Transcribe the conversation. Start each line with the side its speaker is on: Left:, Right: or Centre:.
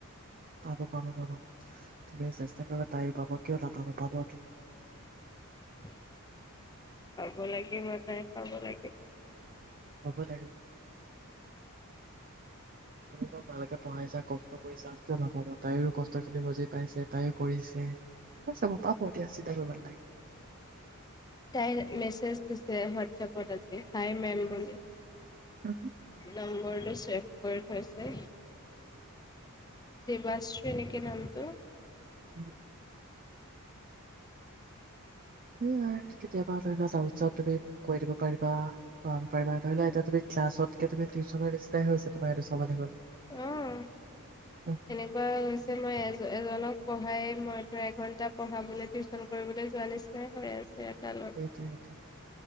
Right: পাব- পাব- পাব তুমি চেষ্টা কৰিবা। তাইও পাব কিয় নাপাব পাবতো।
Left: <inaudible> পাব লাগিব তাই পাব লাগে।
Right: পাব দে, লাগ তুমি ক'ত ভালকে পঢ়াইছা কওক। কষ্ট কৰিছা। কিয় নাাপাব তাইও কষ্ট খিনি বুজি পাইছে তাইও কৰিছে। ঠিক আছে, মই পাব এতিয়া চিন্তা কৰিব নালাগে।
Left: তাই মেছেজ দিছে, হটছএপ হাই মেম বুলিলে।
Right: অ।
Left: নম্বৰটো চছেভ কৰি থৈছে। দেৱাশ্ৰী নেকি নামটো।
Right: উম। এ কেতিয়াবা ধৰি লোৱা <unintelligible> তুমি কৈ দিব পাৰিবা। পাৰিবা, ধৰি লোৱা এতিয়া তুমি ক্লাছতকে তুমি টিউশ্যনৰ নিচিনাই হৈছে তোমাক এইটো চাবলে গ'লে।
Left: অ'।
Right: উম,
Left: এনেকুৱা হৈছে মই এ এজনক পঢ়াই মই ধৰ এঘন্টা পঢ়াবলৈ টিউচন কৰিবলৈ যোৱা নিছি নাই হৈ আছে। <unintelligible>
Right: সেইটোৱে সেইটোৱে,